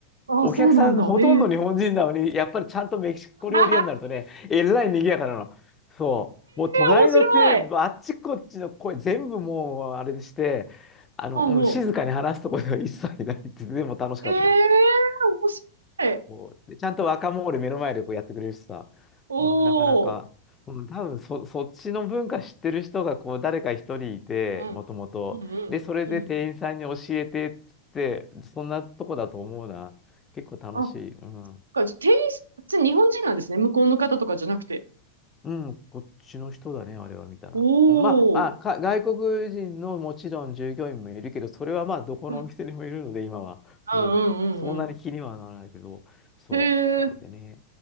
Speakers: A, on the right (about 70°); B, on the left (about 20°).
A: ああ、
B: お客さんほとんど日本人なのに、
A: そうなんだ。ええ
B: やっぱりちゃんとメキシコ料理屋になるとね、
A: <laughs> へえ
B: えらい賑やかなの。そう。もう隣のテーブル、
A: 面白い。
B: あっちこっちの声全部もうあれでして、あの、
A: ほうほ
B: うん、静かに話すとこでは一切ないって、でも楽しかったよ。
A: う。ええ面白い。
B: もうでちゃんと若者で目の前でこうやってくれるしさ、
A: お
B: うん、なかなか、
A: お。
B: うん、多分そ、そっちの文化知ってる人がこう誰か一人いて、
A: うん。
B: もともと。
A: うん、うん、
B: で、それで店員さんに教えてっつって、
A: うん。
B: そんなとこだと思うな。結構楽しい。
A: あ、そっ
B: うん。
A: か、じゃあ店員さん、普通に日本人なんですね。向こうの方とかじゃなくて。
B: うん、こっちの人だね、あれは見たら。
A: お
B: うんまあ、まあ、
A: お。
B: か外国人のもちろん従業員もいるけど、それはまあ、どこのお店にもいるので、
A: うん、
B: 今は。
A: うん、
B: うん。
A: うん、
B: そんなに気にはならないけど、
A: うん
B: そう、
A: うん。へえ。
B: それでね。